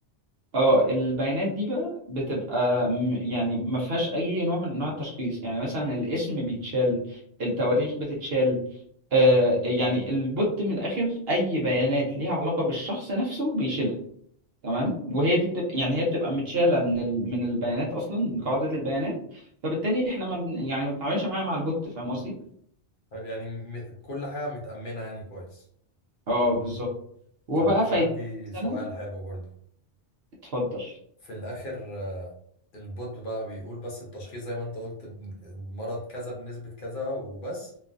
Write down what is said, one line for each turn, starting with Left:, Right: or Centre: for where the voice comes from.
Right: آه، البيانات دي بقى بتبقى م- يعني ما فيهاش اي نوع من انواع التشخيص يعني مثلا الاسم بيتشال التواريخ بتتشال آه يعني البوت من الاخر اي بيانات ليها علاقة بالشخص نفسه بيشيلها تمام وهي دي بتبقى يعني هي بتبقى متشاله من ال... من البيانات اصلا من قاعده البيانات فبالتالي احنا ما بن... يعني ما بنتعاملش معاها مع البوت فاهم قصدي
Left: طيب يعني م... كل حاجة متأمنة يعني كويس
Right: اه بالظبط وبقى
Left: طب أنا
Right: فايد
Left: عندي
Right: مثلا
Left: سؤال حلو برضو
Right: اتفضل
Left: في الآخر آه، البوت بقى بيقول بس التشخيص زي ما أنت قلت بن- المرض كذا بنسبة كذا وبس